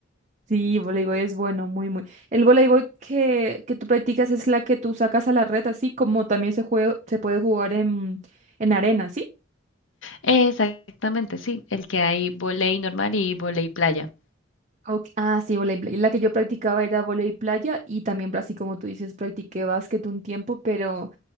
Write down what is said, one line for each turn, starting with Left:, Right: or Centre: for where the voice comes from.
Right: sí, voleibol es bueno, muy, muy. El voleibol que, que tú practicas es la que tú sacas a la red, así como también se juega, se puede jugar en, en arena, ¿sí?
Left: Exactamente, sí, el que hay volei normal y volei playa.
Right: Ok, Ah, sí, voleibol. La que yo practicaba era voleibol playa y también, así como tú dices, practiqué básquet un tiempo, pero